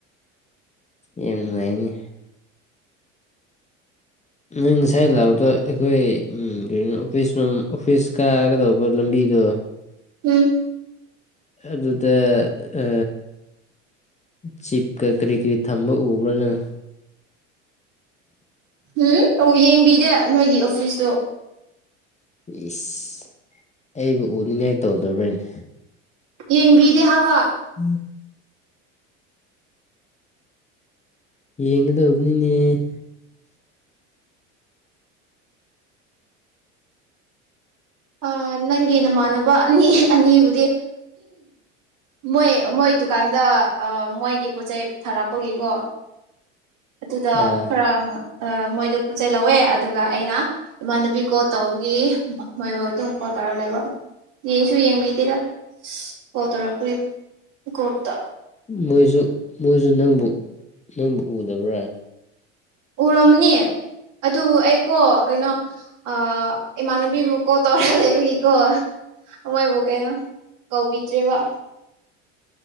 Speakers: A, on the left (about 20°); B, on the right (about 55°).
A: ꯌꯥꯝꯅꯨꯡꯉꯥꯢꯅꯦ ꯅꯪ ꯉꯁꯥꯏ ꯂꯥꯛꯕꯗꯣ ꯑꯩꯈꯣꯏ ꯀ ꯑꯣꯐꯤꯁ ꯑꯣꯐꯤꯁ ꯀꯥꯒꯗꯧꯕ ꯂꯝꯕꯤꯗꯣ <inaudible>
B: ꯎꯝ
A: ꯑꯗꯨꯗ ꯑ ꯆꯤꯞꯀ ꯀꯔꯤ ꯀꯔꯤ ꯊꯝꯕ ꯎꯕ꯭ꯔꯅ?
B: ꯎꯝ ꯑꯣ ꯌꯦꯡꯕꯤꯗꯦ ꯅꯣꯏꯒꯤ ꯑꯣꯐꯤꯁꯇꯨ꯫
A: ꯏꯁ ꯑꯩꯕꯨ ꯎꯅꯤꯡꯉꯥꯏ ꯇꯧꯗꯣꯔꯤꯕꯅꯦ?
B: ꯌꯦꯡꯕꯤꯗꯦ ꯍꯥꯋꯥ
A: ꯎꯝ ꯌꯦꯡꯒꯗꯧꯕꯅꯤꯅꯦ꯫
B: ꯑ ꯅꯪꯒꯤ ꯅꯃꯥꯟꯅꯕ ꯑꯅꯤ ꯑꯅꯤꯕꯨꯗꯤ ꯃꯣꯏ ꯃꯣꯏ ꯗꯨꯀꯥꯟꯗ ꯃꯣꯏꯒꯤ ꯄꯣꯠꯆꯩ ꯊꯥꯔꯛꯄꯒꯤꯀꯣ ꯑꯗꯨꯗ
A: ꯑꯥ
B: ꯈꯔ ꯃꯣꯏꯗꯣ ꯄꯣꯠ ꯆꯩꯩ ꯂꯧꯋꯦ ꯑꯗꯨꯒ ꯑꯩꯅ ꯏꯃꯥꯟꯅꯕꯤ ꯀꯣꯜ ꯇꯧꯕꯒꯤ ꯃꯣꯏꯕꯨ ꯑꯗꯨꯝ ꯀꯣꯜ ꯇꯧꯔꯛꯂꯦꯕ ꯌꯦꯡꯁꯨ ꯌꯦꯡꯕꯤꯗꯦꯗ ꯀꯣꯜ ꯇꯧꯔꯛꯄꯒꯤ꯫ ꯀꯣꯇ
A: ꯃꯣꯏꯁꯨ ꯃꯣꯏꯁꯨ ꯅꯪꯕꯨ ꯅꯪꯕꯨ ꯎꯗꯕ꯭ꯔꯥ?
B: ꯎꯔꯝꯅꯤ ꯑꯗꯨꯕꯨ ꯑꯩꯀꯣ ꯀꯩꯅꯣ ꯑ ꯏꯃꯕꯤꯕꯨ ꯀꯣ ꯇꯔ ꯂꯩꯕ ꯀ ꯀꯣ ꯃꯣꯏꯕꯨ ꯀꯩꯅꯣ ꯀꯧꯕꯤꯗ꯭ꯔꯦꯕ꯫